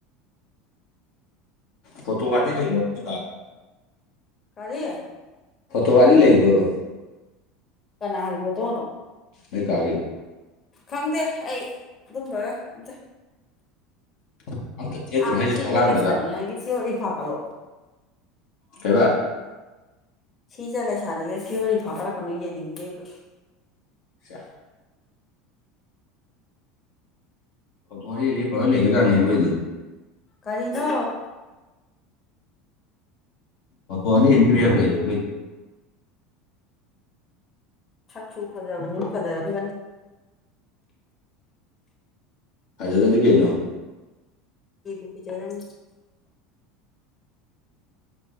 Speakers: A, on the left (about 60°); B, on the left (about 30°).
A: ꯐꯣ ꯇꯣ ꯋꯥꯗꯤ ꯂꯩ ꯂ ꯅ ꯇꯔꯦ
B: ꯀꯔꯤ
A: ꯐꯣꯇꯣꯒꯥꯗꯤ ꯂꯩꯔꯤꯕꯕꯣ
B: ꯀꯅꯥꯒꯤꯕꯣ ꯇꯧꯅꯣ
A: ꯃꯥꯒꯦ
B: ꯈꯪꯗꯦ ꯑꯩ ꯑꯗꯨꯝꯕꯒ ꯏꯝ
A: <inaudible> ꯊꯦꯠꯇ꯭ꯔꯣ
B: ꯑꯥ
A: ꯍꯥꯏꯁꯦ
B: ꯁꯤꯖ
A: ꯐꯛꯂꯥꯡꯗꯒ
B: ꯂꯩ ꯁꯥꯔꯤ ꯀꯁꯤꯤ ꯑꯣꯏꯔꯤ ꯐꯥꯀꯂꯣ
A: ꯀꯕꯥ
B: ꯁꯤꯁꯦ ꯂꯩ ꯁꯥꯔꯤꯅ ꯊꯤꯑꯣꯔꯤ ꯐꯥꯒꯠꯂꯛꯀꯅꯨ ꯌꯦꯡꯅꯤꯡꯗꯦꯕ
A: ꯁꯤꯌꯥ ꯑꯣ ꯇꯔꯤ ꯐ ꯂꯩꯒ ꯌꯥꯅꯤ ꯀꯗꯤ
B: ꯀꯔꯤꯅ
A: ꯑ ꯐꯣ ꯑꯅꯤ ꯂꯩ ꯀ
B: ꯁꯛꯁꯨ ꯐꯖꯕꯅꯤ ꯐꯖꯔꯝꯒꯅꯤ
A: ꯍꯥꯏꯖꯗꯗꯤ ꯀꯩꯩꯅꯣ
B: ꯀꯕꯨ ꯄꯤꯖꯔꯝ